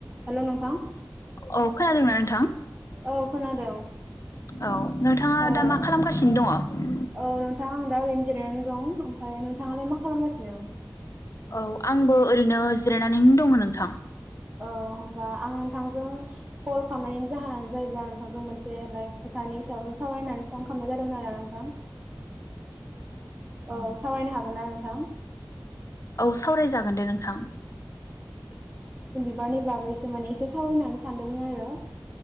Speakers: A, on the right; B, on the left.
A: हेल' नोंथां
B: औ खोनादोंना नोंथां
A: औ खोनादों
B: औ। नोंथाङा
A: औ
B: दा मा खालामगासिनो दङ?
A: औ नोंथां आं दा ओरैनो जिरायनानै दं। ओमफ्राय नोंथाङालाय मा खालामगासिनो?
B: औ आंबो ओरैनो जिरायनानैनो दङ नोंथां।
A: औ हबा आं नोंथांजों कल खालामनायनि जाहोनानो ओ होनबा आं नोंथांजों कल खालामनायनि जाहोनानो जाहैबाय नोंथांजों मोनसे खोथानि सायावसो सावरायनानै फन खालामनाय जादोंमोन आरोना नोंथां। औ सावरायनो हागो नना नोंथां।
B: औ सावरायजागोन दे नोंथां।
A: बारनि बागैसो माने एसे सावरायनो सानदोंमोन आरो।